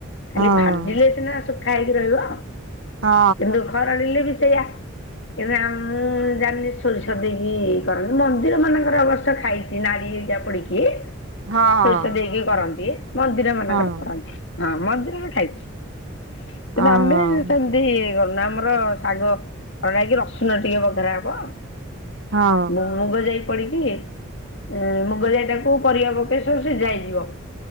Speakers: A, on the left (about 60°); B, on the right (about 75°).
A: ଖାଲି
B: ହଁ
A: ଭାଜିଲେ ସିନା ଶୁଖା ହେଇକି ରହିବ
B: ହଁ
A: କିନ୍ତୁ ଖରଡିଲେ ବି ସେୟା <unintelligible> ମୁଁ ଜାଣିନି ସୋରିଷ ଦେଇକି କରନ୍ତି ମନ୍ଦିର ମାନଙ୍କର ଅବ ସ୍ୟ ଖାଇଛି ନାଡ଼ି ହେରିକା ପଡିକି।
B: ହଁ
A: ସୋରିଷ ଦେଇକି କରନ୍ତି
B: ହଁ
A: ମନ୍ଦିର ମାନଙ୍କରେ
B: ହଁ।
A: କରନ୍ତି ହଁ ମନ୍ଦିରରେ ଖାଇଛି। କିନ୍ତୁ
B: ଓହୋ।
A: ଆମେ ସେମିତି କରୁନା ଆମର ଶାଗ ଖରଡା ହେଇକି ରସୁଣ ଟିକେ ବଘରା ହବ।
B: ହଁ।
A: ମୁଗ, ଯାଇ ପଡିକି ଏଁ ମୁଗ, ଯାଇ ଟାକୁ ପରିବା ପକେଇ ସବୁ ସିଝା ହେଇଯିବ।